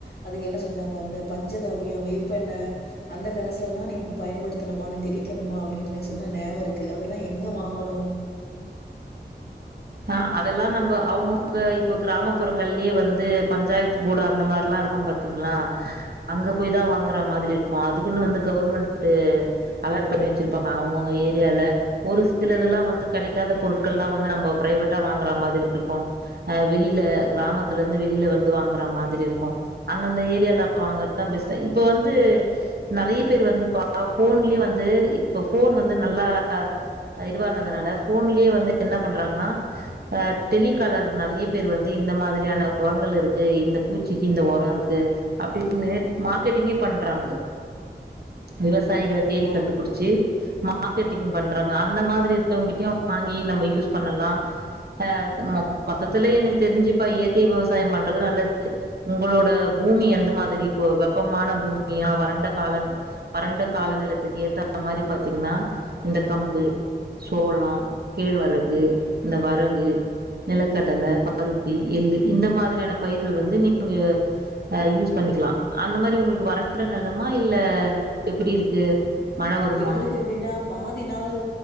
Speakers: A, on the left; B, on the right.
A: அதுக்கு என்ன சொல்றாங்க அந்த பஞ்சகவ்யோ வேப்பெண்ணெ அந்த கரைசலெல்லா நீ பயன்படுத்தணும்மா நீ தெளிக்கணும்மா அப்டின்னு எனக்கு சொன்னது நியாபக இருக்கு அது எல்லா எங்க வாங்கணு?
B: ஆ அதெல்லா நம்ப அவங்கவுங்க இப்ப கிராமப்புறங்கள்லயே வந்து பஞ்சாயத்து போர்டு அந்த மாரில்லா இருக்கும் பாத்தீங்களா அங்க போய்தா வாங்கற மாதிரி இருக்கு அதுக்குன்னு வந்து கவர்மெண்ட்டு அலாட் பண்ணி வச்சிருப்பாங்க அவங்கவுங்க ஏரியால ஒரு சிலதெல்லா வந்து கெடைக்காத பொருட்கள்லா வந்து நம்போ ப்ரைவேட்டா வாங்கற மாதிரி இருக்கு ஆ வெளில கிராமத்திலிருந்து வெளில வந்து வாங்கற மாதிரி இருக்கு அந்தந்த ஏரியால வாங்கறதுதா பெஸ்ட்டு இப்போ வந்து நெறைய பேர் வந்து பாத்தா ஃபோன்லயே வந்து இப்போ ஃபோன் வந்து நல்லா ஆ இதுவானதுனால ஃபோன்லயே வந்து என்ன பண்றாங்கன்னா ஆ டெலிகாலர் நெறைய பேர் வந்து இந்த மாதிரியான ஒரங்கள் இருக்கு இந்த பூச்சிக்கி இந்த ஒரோ இருக்கு அப்டின்னு மார்க்கெட்டிங்கே பண்றாங்க விவ சாயிகள தேடி
A: ஆ.
B: கண்டுபிடிச்சு மா மார்க்கெட்டிங் பண்றாங்க அந்த மாதிரி இருக்கவங்ககிட்டயு வாங்கி நம்ப யூஸ் பண்ணலா. ஆ மொ மொத்தத்துல எனக்கு தெரிஞ்சு இப்ப இயற்கை விவசாயம் பண்றது நல்லது. உங்களோட பூமி எந்த மாதிரி இப்போ வெப்பமான பூமியா, வறண்ட காலன் வறண்ட கால நிலத்துக்கு ஏத்த மாரி பாத்தீங்ன்னா இந்த கம்பு, சோளோ, கேழ்வரகு இந்த வரகு, நிலக்கடல, பருத்தி, எள்ளு இந்த மாதிரியான பயிர்கள் வந்து நீங்க ஆ யூஸ் பண்ணிக்கலா. அந்த மாரி உங்களுக்கு வறண்ட நிலமா இல்ல எப்பிடி இருக்கு மழ வருமா
A: எங்களுக்கு எப்டின்னா பாதி நாளு